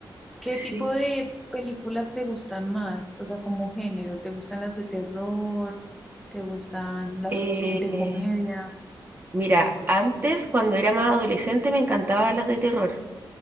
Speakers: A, in the centre; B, on the right.
A: ¿Qué
B: sí.
A: tipo de películas te gustan más? O sea, como género, ¿te gustan las de terror? ¿Te gustan las
B: Eh,
A: eh, de comedia?
B: mira, antes cuando era más adolescente me encantaban las de terror.